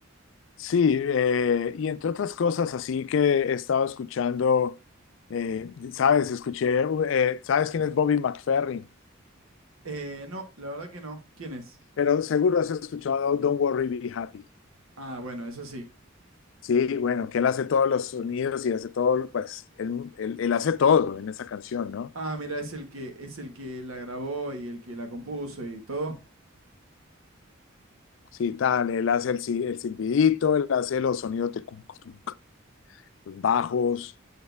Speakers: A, on the left; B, on the right.
A: Sí, eh, y entre otras cosas, así que he estado escuchando, eh, sabes, escuché, uh, eh, ¿sabes quién es Bobby McFerrin?
B: Eh, no, la verdad que no. ¿Quién es?
A: Pero seguro has escuchado Don't Worry, Be Happy.
B: Ah, bueno, eso sí.
A: Sí, bueno, que él hace todos los sonidos y hace todo, pues, él, él- él hace todo en esa canción, ¿no?
B: Ah, mira, es el que, es el que la grabó y el que la compuso y todo.
A: Sí, tal, él hace el, si- el silbidito, él hace los sonidos de... cum, cum, los bajos,